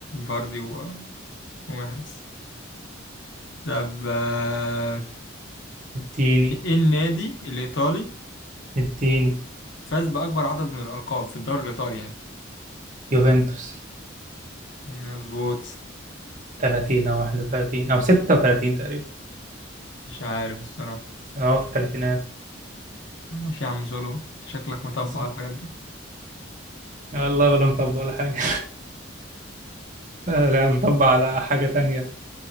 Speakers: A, on the left; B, on the right.
A: فاردي و... ومحرز طب آه،
B: اديني
A: ايه النادي الايطالي
B: اديني
A: فاز باكبر عدد من الالقاب في الدوري الايطالي يعني
B: يوفنتوس
A: مظبوط
B: 30 او 31 او 36 تقريبا
A: مش عارف الصراحه
B: اه في الثلاثينات
A: ماشي يا عم سولو انت شكلك متبع
B: آه،
A: على الحاجات دي
B: والله ولا مطبق ولا حاجة <laughs> لا مطبق على حاجة تانية